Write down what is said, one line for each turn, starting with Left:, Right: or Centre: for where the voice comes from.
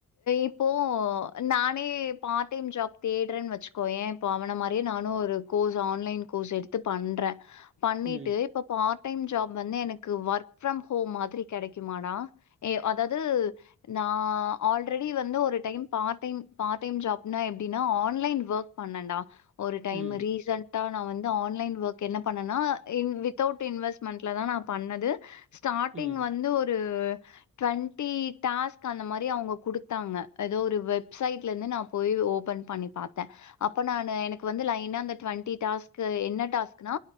Left: இப்போ நானே பார்ட் டைம் ஜாப் தேடுறேன் வச்கோயே இப்ப அவன மாரியே நானோ ஒரு கோர்ஸ் ஆன்லைன் கோர்ஸ் எடுத்து பண்ற பண்ணிட்டு
Right: ம்
Left: இப்ப பார்ட் பார்ட் டைம் ஜாப் வந்து எனக்கு ஒர்க் ப்ஃரம் ஹோம் மாதிரி கெடைக்குமாடா ஏ அதாது நா ஆல்ரெடி வந்து ஒரு time part time part time ஜாப்னா எப்டினா ஆன்லைன் ஒர்க் பண்ணன்டா ஒரு டைம்
Right: ம்
Left: ரீசன்ட் டா நா வந் து ஆன்லைன் ஒர்க் என்ன பண்ணனா இன் வித்தவுட் இன்வெஸ்ட்மெண்ட்லதா நா பண்ணது ஸ்டார்டிங்
Right: ம்
Left: வந்து ஒரு டுவண்டி டாஸ்க் அந்த மாரி அவுங்க குடுத்தாங்க ஏதோ ஒரு வெப்சைட்லேந்து நா போய் ஓபன் பண்ணி பாத்தே அப்ப நானு எனக்கு வந்து லயனா அந்த டுவண்டி டாஸ்க் க் என்ன டாஸ்க்னா